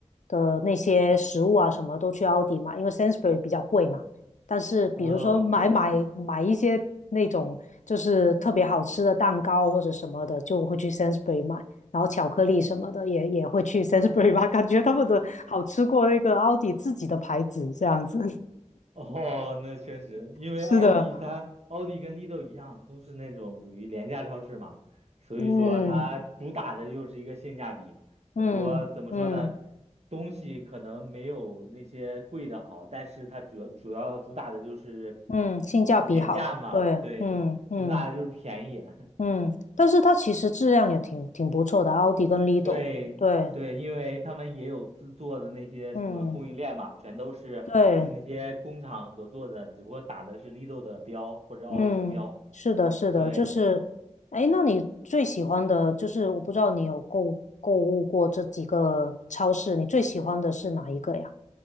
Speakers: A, on the left; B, on the right.
A: 的那些食物啊，什么都去奥迪买，因为 Sainsbury 比较贵嘛。但是比如说买买买一些那种就是特别好吃的蛋糕或者什么的，
B: 哦，对。
A: 就会去 Sainsbury 买。然后巧克力什么的也也会去 Sainsbury 吧，感觉他们的好吃过那个奥迪自己的牌子这样子。
B: <laughs> 哦，那确实，因为奥迪它奥迪跟
A: 是的，
B: Lidl 一样，都是那种属于廉价超市嘛，所以说它主打的就是一个性价比，
A: 嗯嗯嗯
B: 很多怎么说呢，东西可能没有那些贵的好，但是它主要主要主打的就是
A: 嗯，性价比好，
B: 廉价嘛，
A: 对，
B: 对，
A: 嗯嗯
B: 廉主打的就是便宜。<laughs>
A: 嗯，但是它其实质量也挺挺不错的，奥迪跟 Lido，
B: 对对，
A: 对，
B: 因为他们也有自做的那些什么供应链嘛，
A: 嗯
B: 全都是跟那些工厂合作的，
A: 对，
B: 只不过打的是 Lido 的标或者奥迪的标。
A: 嗯，是的，是的，
B: 对，
A: 就是，哎，那你最喜欢的就是，我不知道你有购购物过这几个超市，你最喜欢的是哪一个呀？